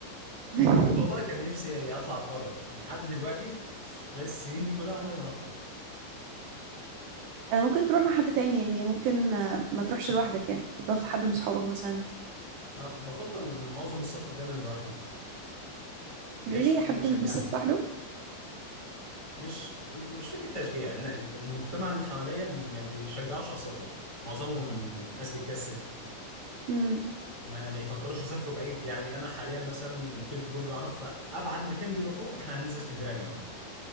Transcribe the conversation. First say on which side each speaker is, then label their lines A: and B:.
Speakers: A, on the right; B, on the left.
A: <laughs>
B: والله كان نفسي اطلع اتفرج لحد دلوقتي في خلال السنين دي كلها عمري ما رحته
A: آه، ممكن تروح مع حد تاني يعني ممكن آه، ما تروحش لوحدك يعني تبقى واخد حد من صحابك مثلا
B: أنا بفضل معظم السفر دايما لوحدي بلاقيش
A: really
B: حد
A: حد
B: يشجعني
A: بيتبسط لوحده
B: مش مش فكرة تشجيع ان المجتمع اللي حواليا ما بيشجعوش على السفر معظمهم ناس بتكسل
A: مم.
B: ما, ما يفكروش يسافروا بعيد يعني انا حاليا مثلا مقيم في برج عرب فابعد مكان بيروحوه احنا هننزل اسكندرية يا جماعة